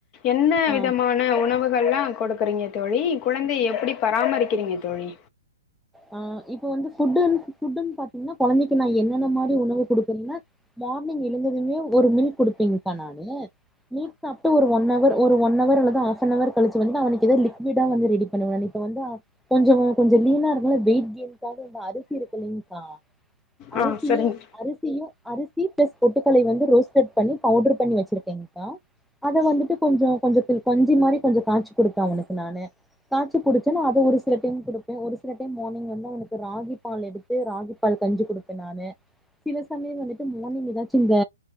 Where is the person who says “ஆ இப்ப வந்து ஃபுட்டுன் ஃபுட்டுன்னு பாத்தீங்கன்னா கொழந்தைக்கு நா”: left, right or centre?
Centre